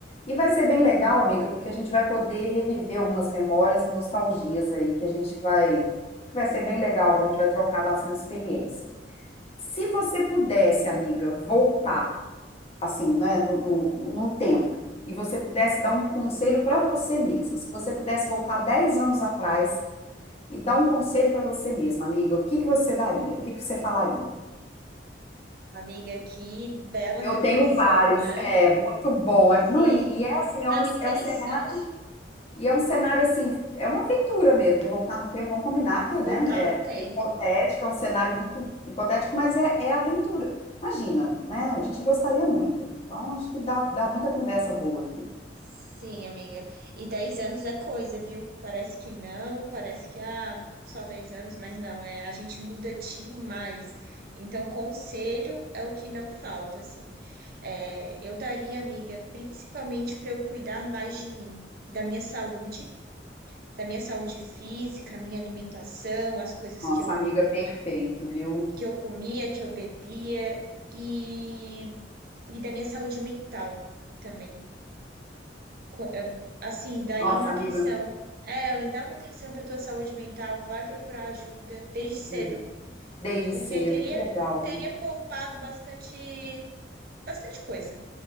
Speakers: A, on the left; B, on the right.
A: E vai ser bem legal, amiga, porque a gente vai poder reviver algumas memórias e nostalgias aí, que a gente vai, que vai ser bem legal, a gente vai trocar bastante experiência. Se você pudesse, amiga, voltar assim, né, no, no, no tempo, e você pudesse dar um conselho para você mesma, se você pudesse voltar 10 anos atrás e dar um conselho para você mesma, amiga, o que que você daria? O que que você falaria?
B: Amiga, que bela
A: Eu
B: reflexão,
A: tenho vários,
B: né?
A: é muito bom.
B: Sim.
A: é- não, e, e é assim,
B: Não,
A: é um,
B: interessante
A: é um cenário. E é um cenário assim, é uma aventura mesmo, porque voltar no tempo, vamos combinar que,
B: voltar
A: né, é,
B: no
A: é
B: tempo.
A: hipotético, é um cenário muito hipotético, mas é, é aventura. Imagina, né? A gente gostaria muito. Então, acho que dá, dá muita conversa boa aqui.
B: Sim, amiga. E dez anos é coisa, viu? Parece que não, parece que ah, só 10 anos, mas não, é, a gente muda demais. Então, conselho é o que não falta, assim. É, eu daria, amiga, principalmente para eu cuidar mais de mim, da minha saúde da minha saúde física, minha alimentação, as coisas
A: Nossa,
B: que eu,
A: amiga, perfeito, viu?
B: que eu comia, que eu bebia e, e da minha saúde mental também. Co- eh, Assim, daria
A: Nossa,
B: uma atenção.
A: amiga,
B: É, Ellen, dá uma atenção para tua saúde mental, vai procurar ajuda desde cedo,
A: sim, desde
B: porque
A: cedo,
B: teria
A: que legal, amiga.
B: teria poupado bastante bastante coisa